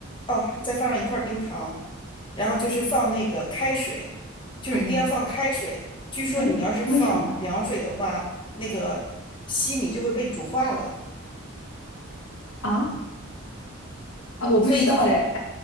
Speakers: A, on the left (about 25°); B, on the left (about 75°).
A: 哦，再放上一块冰糖，然后就是放那个开水，就是一定要放开水。
B: 嗯，
A: 据说你要是放凉水的话，
B: 哎，为什么
A: 那个西米就会被煮化了，
B: 啊啊？我不知道哎，
A: 所以就是，